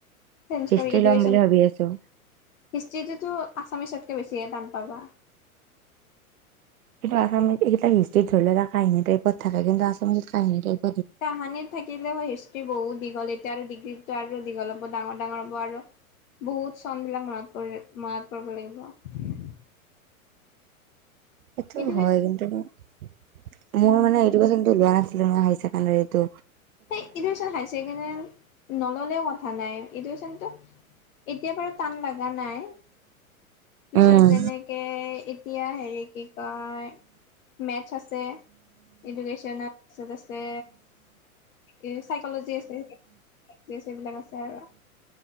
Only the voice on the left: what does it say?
<unintelligible>
ইডুকেচকেন
হিষ্টটোতো আছামিছতে। বেছিয়হে টান পাবা।
কাহানি থাকিলেও হিষ্ট্ৰি বহুত দীঘল। এতিয়া আৰু ডিগ্ৰীতো আৰু দীঘল হ'ব ডাঙৰ- ডাঙৰ হ'ব আৰু বহুত চন বিলাক মনত পৰিব লাগিব।
এডুকেচ
উম
সেই এডুকেশ্যন হায় ছেকেণ্ডৰীত নললেও কথা নাই। এডুকেচনতো এতিয়া বাৰু টান লাগা নাই। পিছত
যেনেকে এতিয়া হেৰি কি কয় মেথছ আছে। এডুকেচন আছে তছে এই চাইকলজি আছে, আছে এইবিলাক আছে আৰু